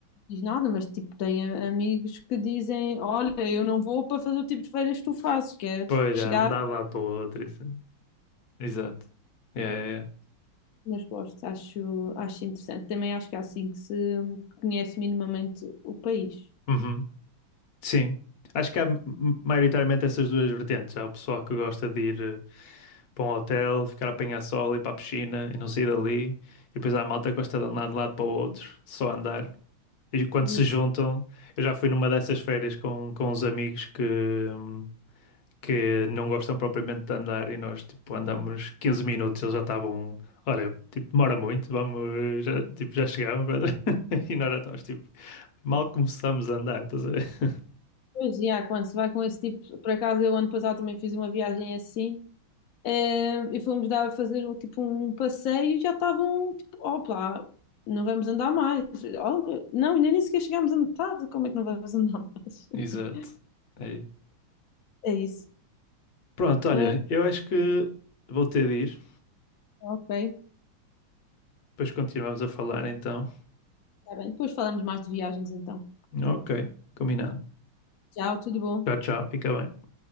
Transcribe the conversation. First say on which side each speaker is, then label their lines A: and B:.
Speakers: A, on the left; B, on the left.
A: diz nada, mas tipo, tenho amigos que dizem, olha, eu não vou para fazer o tipo de férias que tu fazes, que é
B: Pois
A: chegar.
B: já, não dá de um lado para o outro. isso. Exato. Yeah, yeah,
A: Mas gosto, acho, acho interessante. Também acho que é assim que se conhece minimamente o país.
B: yeah. Uhum. Sim. Acho que há m- m- maioritariamente essas duas vertentes. Há o pessoal que gosta de ir eh, para um hotel, ficar a apanhar sol, ir para a piscina e não sair dali. E depois há a malta que gosta de andar de um lado para o outro, só andar. E quando
A: E,
B: se juntam, eu já fui numa dessas férias com, com uns amigos que, hum, que não gostam propriamente de andar e nós tipo andamos 15 minutos, eles já estavam, olha, tipo demora muito, vamos, já, tipo já chegamos <laughs> e nós já estamos tipo mal começamos a andar, estás a ver? <laughs>
A: Pois, e quando se vai com esse tipo, por acaso eu ano passado também fiz uma viagem assim, eh, e fomos dar, fazer o, tipo um passeio e já estavam tipo, opa, não vamos andar mais. Oh, não, ainda nem sequer chegámos à metade, como é que não vamos andar mais? <laughs>
B: Exato. É isso.
A: É isso.
B: Pronto, olha,
A: Eh,
B: eu acho que vou ter de ir,
A: ok,
B: depois continuamos a falar então.
A: está bem. Depois falamos mais de viagens então.
B: Ok, combinado.
A: Tchau, tudo bom.
B: Tchau, tchau, fica bem.